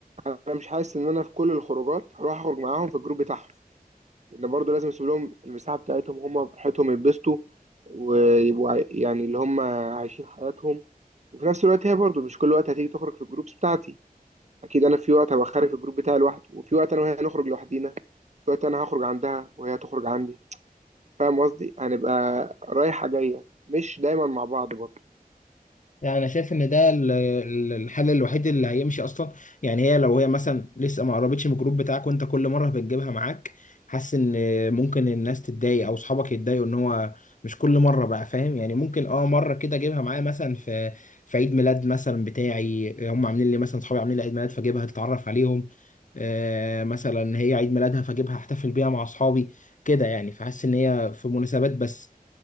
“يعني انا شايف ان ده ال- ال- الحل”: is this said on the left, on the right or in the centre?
Left